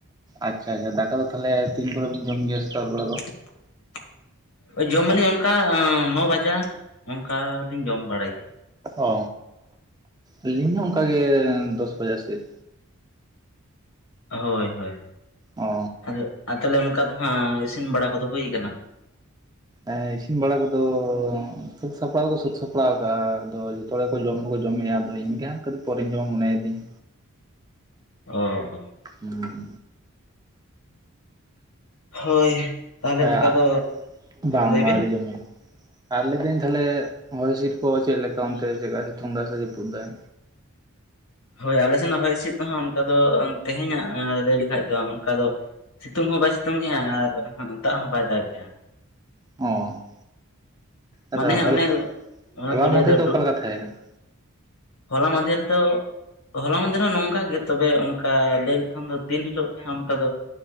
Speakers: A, on the right; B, on the left.
A: ᱟᱪᱪᱷᱟ ᱟᱪᱷᱟ ᱫᱟᱠᱟ ᱫᱚ ᱛᱟᱦᱚᱞᱮ ᱛᱤᱱ ᱠᱚᱨᱮ ᱵᱤᱱ ᱡᱚᱢ ᱜᱮᱭᱟ ᱥᱮᱛᱟᱜ ᱵᱮᱲᱟ ᱫᱚ?
B: <inaudible> ᱳᱭ ᱡᱚᱢᱟᱞᱤᱧ ᱚᱱᱠᱟ ᱱᱚ ᱵᱟᱡᱟ ᱚᱱᱠᱟ ᱞᱤᱧ ᱡᱚᱢ ᱵᱟᱲᱟᱭ ᱜᱮᱭᱟ᱾
A: ᱚ ᱟᱹᱞᱤᱧ ᱦᱚᱸ ᱚᱝᱠᱟᱜᱮ ᱫᱚᱥ ᱵᱟᱡᱟ ᱥᱮᱫ᱾
B: ᱦᱳᱭ ᱦᱳᱭ
A: ᱚ
B: ᱟᱫᱚ ᱟᱨ ᱛᱟᱞᱦᱮ ᱚᱱᱠᱟ ᱫᱚ ᱦᱟᱸᱜ ᱤᱥᱤᱱ ᱵᱟᱲᱟ ᱠᱚᱫᱚ ᱦᱩᱭ ᱠᱟᱱᱟ?
A: ᱮᱸ ᱤᱥᱤᱱ ᱵᱟᱲᱟ ᱠᱚᱫᱚ ᱥᱟᱹᱛ ᱥᱟᱯᱲᱟᱣ ᱫᱚᱠᱚ ᱥᱟᱹᱛ ᱥᱟᱯᱲᱟᱣ ᱟᱠᱟᱜᱼᱟ ᱟᱫᱚ ᱛᱚᱲᱚ ᱠᱚ ᱡᱚᱢ ᱫᱚᱠᱚ ᱡᱚᱢᱮᱜᱼᱟ ᱟᱫᱚ ᱤᱧ ᱜᱮ ᱦᱟᱸᱜ ᱠᱟᱹᱴᱤᱡ ᱯᱚᱨᱮᱧ ᱡᱚᱢᱟ ᱢᱚᱱᱮᱭᱫᱤᱧ᱾
B: ᱚ ᱚ
A: ᱦᱩᱸ
B: ᱦᱳᱭ ᱛᱟᱦᱚᱞᱮ
A: ᱦᱮᱸ
B: ᱚᱱᱠᱟ
A: ᱟᱜ
B: ᱫᱚ
A: ᱵᱟᱝ
B: ᱞᱟᱹᱭ
A: ᱵᱟᱝ
B: ᱵᱤᱱ
A: ᱟᱹᱨᱤ ᱡᱚᱢ ᱦᱳᱭᱳᱜᱼᱟ᱾ ᱟᱨ ᱞᱟᱹᱫᱤᱧ ᱛᱦᱟᱞᱮ ᱦᱚᱭ ᱦᱤᱸᱥᱤᱫ ᱠᱚ ᱪᱮᱫ ᱞᱮᱠᱟ ᱚᱱᱛᱮ ᱪᱮᱫᱠᱟ ᱥᱤᱛᱩᱝ ᱫᱟᱭ ᱥᱮ ᱡᱟᱹᱯᱩᱫ ᱫᱟᱭ?
B: ᱦᱳᱭ ᱟᱞᱮ ᱥᱮᱱᱟᱜ ᱦᱚᱭ ᱦᱤᱸᱥᱤᱫ ᱫᱚ ᱦᱟᱸᱜ ᱚᱱᱠᱟ ᱫᱚ ᱛᱮᱦᱮᱧᱟᱜ ᱞᱟᱹᱭ ᱞᱮᱠᱷᱟᱡ ᱫᱚ ᱚᱱᱠᱟ ᱫᱚ ᱥᱤᱛᱩᱝ ᱦᱚᱸ ᱵᱟᱭ ᱥᱤᱛᱩᱝ ᱮ ᱟ ᱟᱨ ᱫᱟᱜ ᱦᱚᱸ ᱵᱟᱭ ᱫᱟᱜᱮᱜᱼᱟ᱾
A: ᱚ
B: ᱢᱟᱱᱮ
A: ᱟᱫᱚ
B: ᱦᱟᱸᱜ
A: ᱦᱚᱞᱟ
B: ᱚᱱᱮ ᱚᱱᱟ ᱠᱚ ᱞᱟᱹᱭ
A: ᱢᱟᱫᱷᱮᱨ
B: ᱫᱚ ᱰᱩ
A: ᱚᱠᱟ ᱞᱮᱠᱟ ᱛᱟᱦᱮᱸ ᱠᱟᱱᱟ
B: ᱦᱚᱞᱟ ᱢᱟᱫᱷᱮᱨ ᱫᱚ ᱦᱚᱞᱟ ᱢᱟᱫᱷᱮᱨ ᱦᱚᱸ ᱱᱚᱝᱠᱟ ᱜᱮ ᱛᱚᱵᱮ ᱚᱱᱠᱟ ᱞᱟᱹᱭ ᱞᱮᱠᱷᱟᱱ ᱫᱚ ᱫᱤᱱ ᱦᱤᱞᱳᱜ ᱜᱮ ᱦᱟᱸᱜ ᱚᱱᱠᱟ ᱫᱚ